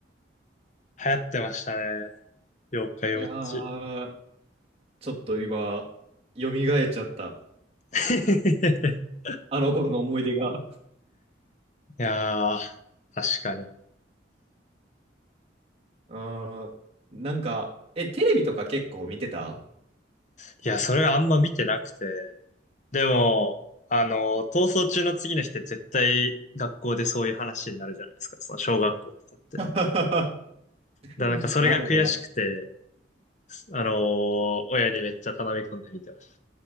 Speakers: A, on the left; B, on the right.
A: 流行ってましたね。妖怪ウォッチ。
B: いやー、ちょっと今、蘇っちゃった。
A: <laughs>
B: あの頃の思い出が。
A: いやー、確かに。
B: <laughs> うーん、なんか、え、テレビとか結構見てた
A: いや、それがあんま見てなくて。でも、あの、逃走中の次の日って絶対学校でそういう話になるじゃないですか。その小学校とかって。
B: <laughs>
A: だからなんかそれが悔しくて、
B: うんなるほどな。
A: あのー親にめっちゃ頼み込んで見てまし